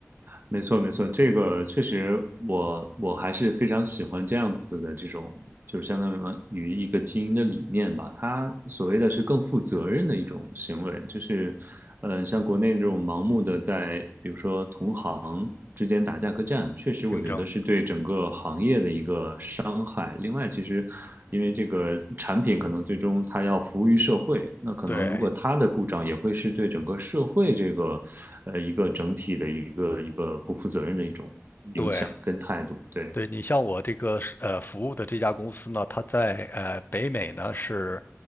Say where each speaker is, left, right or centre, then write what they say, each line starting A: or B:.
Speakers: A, on the right (about 40°); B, on the left (about 40°).
A: 没错，没错，这个确实我，我还是非常喜欢这样子的这种，就是相当于一个经营的理念吧。它所谓的是更负责任的一种行为，就是，呃，像国内这种盲目的在，比如说同行之间打价格战，确实我觉得是对整个行业的一个伤害。
B: 竞争。
A: 另外，其实因为这个产品可能最终它要服务于社会，那可能如果它的故障也会是对整个社会这个呃一个整体的一个一个不负责任的一种影响跟态度。
B: 对对
A: 对，
B: 对，你像我这个是呃服务的这家公司呢，它在呃北美呢是，